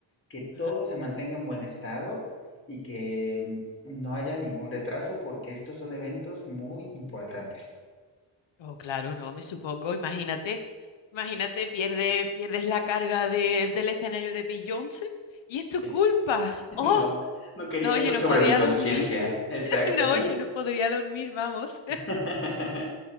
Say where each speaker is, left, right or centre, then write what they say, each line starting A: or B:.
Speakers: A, on the left; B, on the left.
A: que
B: Ajá.
A: todo se mantenga en buen estado y que mm, no haya ningún retraso, porque estos son eventos muy importantes.
B: Oh, claro, no, me supongo, imagínate, imagínate, pierde, pierdes la carga del del escenario de Beyoncé y es
A: Sí,
B: tu culpa.
A: <laughs>
B: ¡Oh!
A: no, no quería
B: No, oye,
A: eso
B: no
A: sobre
B: podría
A: mi conciencia.
B: dormir. <laughs>
A: Exacto.
B: No, oye, no podría dormir, vamos.
A: <laughs>